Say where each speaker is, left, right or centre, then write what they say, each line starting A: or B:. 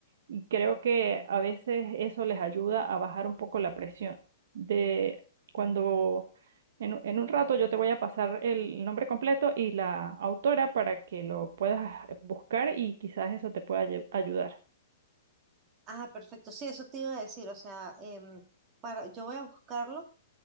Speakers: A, on the right (about 55°); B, on the right (about 20°).
A: y creo que a veces eso les ayuda a bajar un poco la presión de cuando... En, en un rato yo te voy a pasar el nombre completo y la autora para que lo puedas buscar y quizás eso te pueda ayu- ayudar.
B: Ah, perfecto, sí, eso te iba a decir, o sea, em, para, yo voy a buscarlo